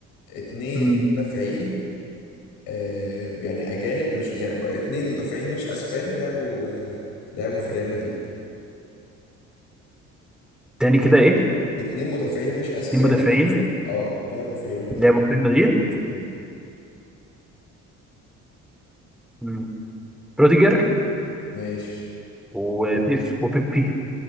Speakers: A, on the left; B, in the centre.
A: اتنين
B: مم.
A: مدافعين آه، يعني اجانب مش يعني اتنين مدافعين مش اسبان لعبوا آه، لعبوا في ريال مدريد
B: تاني كده ايه اتنين
A: اتنين مدافعين مش اسبان
B: مدافعين
A: اه لعبوا في ريال مدريد
B: لعبوا في ريال مدريد
A: مم.
B: مم. روديجر
A: ماشي
B: وبيب وبيبي